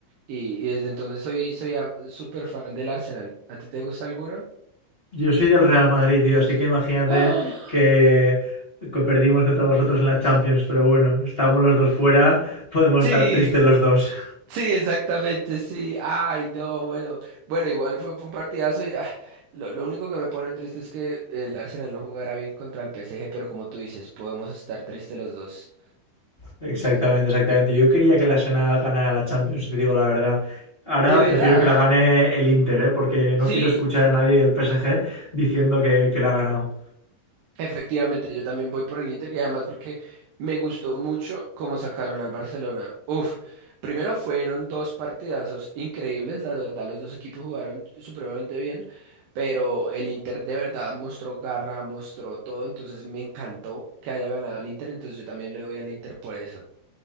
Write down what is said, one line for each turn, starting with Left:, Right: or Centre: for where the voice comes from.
Right: Y, y desde entonces soy, soy a- súper fan del Arsenal. ¿A ti te gusta alguno?
Left: Yo soy del Real Madrid, tío, así que imagínate
Right: <gasps> ¡Ah!
Left: que que perdimos contra vosotros en la Champions, pero bueno, estamos los dos fuera, podemos
Right: Sí,
Left: estar tristes los dos.
Right: Sí, exactamente, sí. Ay, no, bueno. Bueno, igual fue, fue un partidazo y ah, lo, lo único que me pone triste es que el Arsenal no jugará bien contra el PSG, pero como tú dices, podemos estar tristes los dos.
Left: Exactamente, exactamente. Yo quería que la Arsenal ganara la Champions, si te digo la verdad. Ahora
Right: ¿De verdad?
Left: prefiero que la gane el Inter, ¿eh? porque no
Right: Sí.
Left: quiero escuchar a nadie del PSG diciendo que, que la ha ganado.
Right: Efectivamente, yo también voy por el Inter y además porque me gustó mucho cómo sacaron al Barcelona. Uf, primero fueron dos partidazos increíbles, la verdad los dos equipos jugaron supremamente bien, pero el Inter de verdad mostró garra, mostró todo, entonces me encantó que haya ganado el Inter, entonces yo también le voy al Inter por eso.